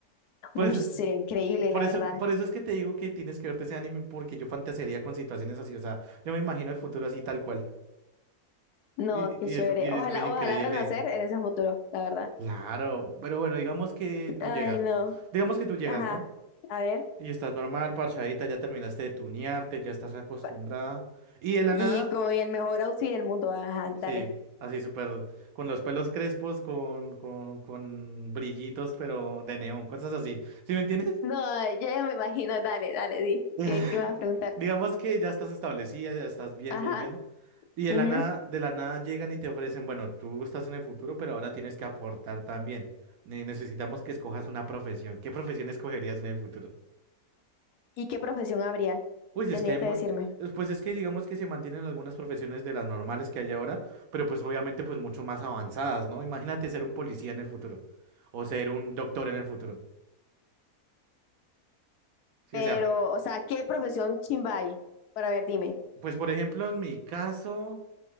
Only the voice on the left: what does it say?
Uy,
sería
increíble, la
verdad.
No,
qué chévere.
Ojalá,
ojalá renacer en ese futuro, la verdad.
Ay,
no.
Ajá.
A ver.
pa-
Y
con el mejor outfit del mundo. Ajá, dale.
No, ya ya me imagino. Dale, dale, di.
¿Qué, qué vas a preguntar?
Ajá.
ujú.
¿Y qué profesión habría?
Tendría
que
decirme.
Pero,
o sea, ¿qué profesión chimba hay? Para ver, dime.